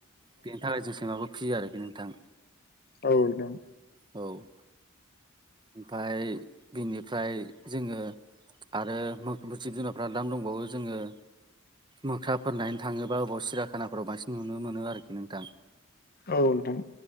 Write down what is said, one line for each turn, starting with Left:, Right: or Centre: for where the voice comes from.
Right: बेनि थाखाय जों सैमाखौ फियो आरोखि नोंथां
Left: औ नोंथां
Right: औ ओमफाय बिनिफ्राय जोङो आरो जिब जुनारफ्रा दाम दंबावो जोङो मोख्राफोर नायनो थाङोबा अबाव सिरियाखाना फोराव बांसिन नुनो मोनो आरोखि नोंथां
Left: औ नोंथां